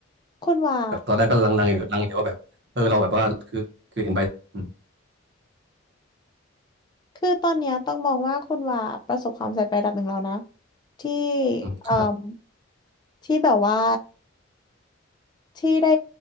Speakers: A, on the left; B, on the right.
A: คุณว่า
B: แบบตอนแรกก็ลังๆอยู่ลังเลว่าแบบเออเราแบบว่าคือคือเห็นใบอืม
A: คือตอนเนี้ยต้องมองว่าคุณว่าประสบความสำเร็จไประดับหนึ่งแล้วนะที่
B: อืมครับ
A: เอ่มที่แบบว่าที่ได้